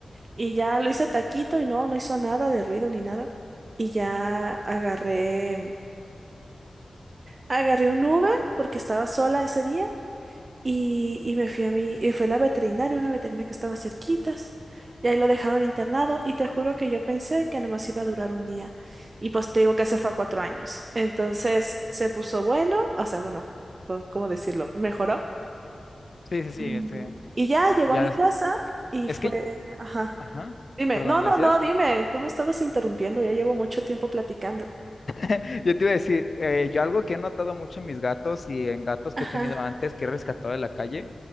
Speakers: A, on the right; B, on the left.
A: Y ya lo hice taquito y no, no hizo nada de ruido ni nada. Y ya agarré, agarré un Uber porque estaba sola ese día y, y me fui a mi, y fue la veterinaria, una veterinaria que estaba cerquitas. Y ahí lo dejaron internado y te juro que yo pensé que nomás iba a durar un día. Y pues te digo que hace fue a cuatro años. Entonces se puso bueno, o sea, bueno, pues, ¿cómo decirlo? Mejoró.
B: sí, sí, sí,
A: Y,
B: este,
A: y ya
B: ya,
A: llegó a mi
B: es
A: casa y
B: es
A: fue,
B: que,
A: ajá.
B: ajá,
A: Dime,
B: perdón,
A: no,
B: ¿me
A: no,
B: decías?
A: no, dime, tú me estabas interrumpiendo, ya llevo mucho tiempo platicando.
B: <laughs> Yo te iba a decir, eh, yo algo que he notado mucho en mis gatos y en gatos
A: Ajá.
B: que he tenido antes, que he rescatado de la calle,